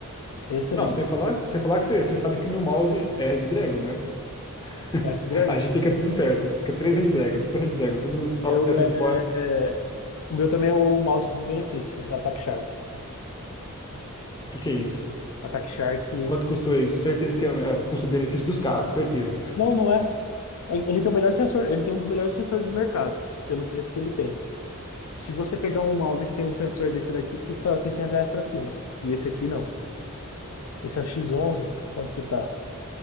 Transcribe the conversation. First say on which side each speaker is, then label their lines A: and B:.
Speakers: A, on the left; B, on the left.
A: excelente.
B: não, sem falar, sem falar que você, você sabe que o meu mouse é Red Dragon, né? <laughs>
A: É, Dragon,
B: Aí já fica tudo certo. Fica três Red Dragon, tudo Red Dragon, todas as
A: eu
B: peças
A: é,
B: de fora. O
A: é, o meu também é o mouse custo-benefício, Attack Shark.
B: que que é isso?
A: Attack Shark.
B: Quanto custou isso? Certeza que é, é custo-benefício dos caras, certeza.
A: Não, não é. É- Ele tem o melhor sensor, ele tem um dos melhores sensores do mercado, pelo preço que ele tem. Se você pegar um mouse que tem um sensor desse daqui, custa 600 reais pra cima. E esse aqui não. Esse é o x onze quanto que tá?